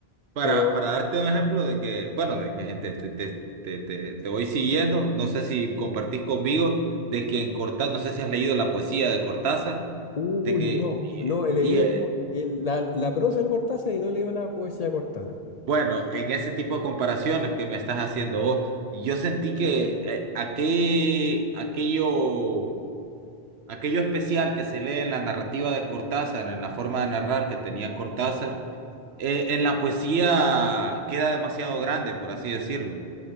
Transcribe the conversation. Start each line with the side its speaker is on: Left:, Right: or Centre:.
Right: Para,
Left: Pero,
Right: para darte un ejemplo de que, bueno, de que te, te, te, te, te- te voy siguiendo, no sé si compartís conmigo, de que en Cortázar, no sé si has leído la poesía de Cortázar,
Left: uy,
Right: de que,
Left: no,
Right: y,
Left: no, he leído
Right: y, eh,
Left: el- la, la prosa de Cortázar y no he leído la poesía de Cortázar.
Right: bueno, en ese tipo de comparaciones que me estás haciendo vos, yo sentí que eh, aquel- aquello, aquello especial que se lee en la narrativa de Cortázar, en la forma de narrar que tenía Cortázar, eh, en la poesía queda demasiado grande, por así decirlo